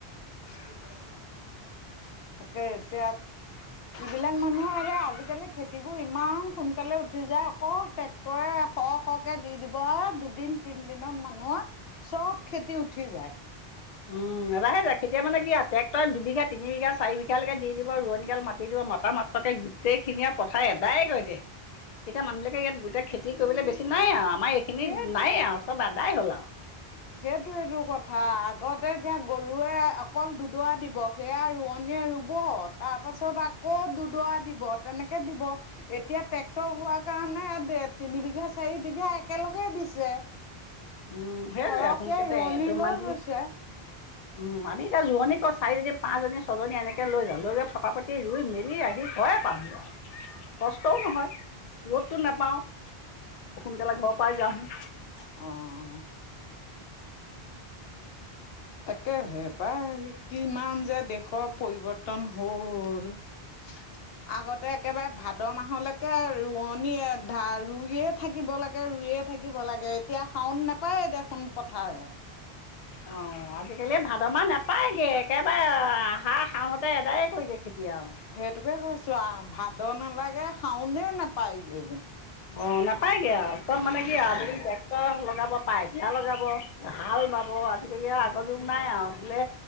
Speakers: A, on the left; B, on the left.
A: <unintelligible> তাকে এতিয়া যিবিলাক মানুহে যে আজিকালি খেতিবোৰ ইমান সোনকালে উঠি যায়। অকল ট্ৰেক্টৰে শ শকে দি দিব আও দুদিন তিন দিনত মানুহৰ চব খেতি উঠি যায়।
B: উম এবাৰহে যায়, কেতিয়া মানে কি আও ট্ৰেক্টৰে দুবিঘা, তিনিবিঘা, চাৰিবিঘালেকে দি দিব ৰোৱনী গাল মা মাতি দিব মতা মাত্ৰকে গোটেইখিনিয়ে পথাৰ এদায় কৰি দিয়ে। এতিয়া মানুহবিলাকে ইয়াত গোটেই খেতি কৰিবলে বেছি নাই আও, আমাৰ এইখিনি
A: সেই
B: নায়ে আও চব আদায় হ'ল আও।
A: সেইটোৱে টো কথা আগতে যে গৰুৱে অকল দুডৱা দিব। সেয়া ৰোৱনীয়ে ৰুব তাৰপাছত আকৌ দুডৱা দিব তেনেকে দিব। এতিয়া ট্ৰেক্টৰ হোৱাৰ কাৰণে দে তিনিবিঘা, চাৰবিঘা একেলগে দিছে।
B: উম। সেইটোৱে
A: সৰহকে
B: সোনকালে
A: ৰোৱনী
B: এদমমান
A: লৈ
B: দি
A: গৈছে।
B: উম আমি এতিয়া ৰোৱনী ক চাৰিজনী, পাঁচজনী, ছজনী এনেকে লৈ যাওঁ, লৈ গৈ ফটা ফটি ৰুই মেলি আহ- আহি ঘৰে পাওঁহি আও। কষ্টও নহয়, ৰ'দটো নোপাওঁ, সোনকালে ঘৰৰ পাই যাওঁহি।
A: অঁ অঁ অঁ অ। তাকেহে পাই, কিমান যে দেশৰ পৰিৱৰ্তন হল! <inaudible> আগতে একেবাৰে ভাদ মাহলেকে ৰোৱনীয়ো ধা ৰুইয়ে থাকিব লাগে ৰুইয়ে থাকিব লাগে এতিয়া শাওন নোপায় দেখোন পথাৰে।
B: অ আজিকালি ভাদ মাহ নাপায়গে একেবাৰে আহাৰ শাওনতে এদায় কৰি দিয়ে খেতি আও।
A: সেইটোকে কৈছো আও, ভাদ নেলাগে শাওনে নোপায়গে।
B: অ নাপায়গে আও, চব মানে কি আও আজি কালি ট্ৰেক্টৰ লগাব, পাইটিলা লগাব। হাল বাব আজিকালি আও আগৰ যুগ নাই আও বোলে